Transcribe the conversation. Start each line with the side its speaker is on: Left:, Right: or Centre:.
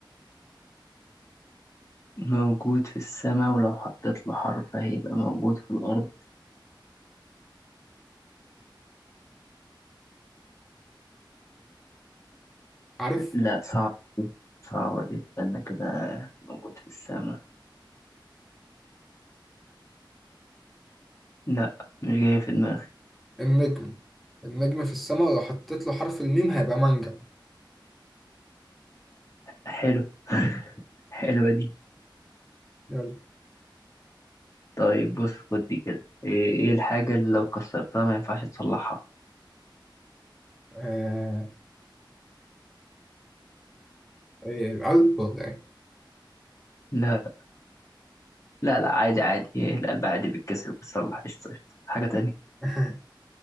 Left: موجود في السماء ولو حطيت له حرف هيبقى موجود في الأرض
Centre: عارف
Left: لا صعب دي، صعبة دي استنى كده موجود في السماء لا مش جاية في دماغي
Centre: النجم النجم في السماء لو حطيت له حرف الميم هيبقى منجم
Left: حلو <laughs> حلوة دي
Centre: يلا
Left: طيب بص خد دي كده ايه إيه الحاجة اللي لو كسرتها ما ينفعش تصلحها
Centre: آه... إيه القلب ولا ايه
Left: لا لا لا عادي عادي إيه، القلب عادي بيتكسر بتصلح قشطة قشطة حاجة تانية
Centre: <laughs>